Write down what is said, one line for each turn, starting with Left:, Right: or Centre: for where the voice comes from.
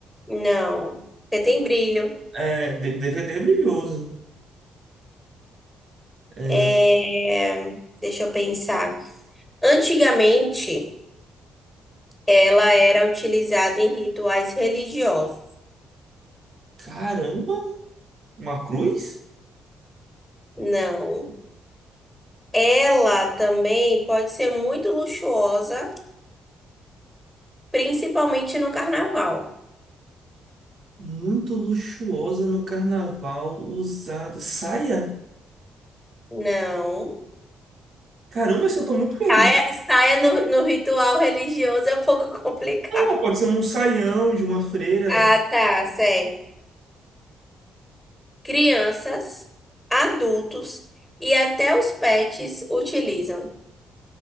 Centre: Não, porque tem brilho.
Right: É, D- DVD é brilhoso. É,
Centre: É, Deixa eu pensar. Antigamente, ela era utilizada em rituais religiosos.
Right: Caramba, uma cruz?
Centre: Não. Ela também pode ser muito luxuosa, principalmente no carnaval.
Right: Muito luxuosa no carnaval, usada. Saia?
Centre: Não.
Right: Caramba, isso eu tô muito perdido.
Centre: Saia, saia no, no ritual religioso é um pouco <laughs> complicado.
Right: Não, mas pode ser um saião de uma freira
Centre: Ah, tá, certo. Crianças, adultos e até os pets utilizam.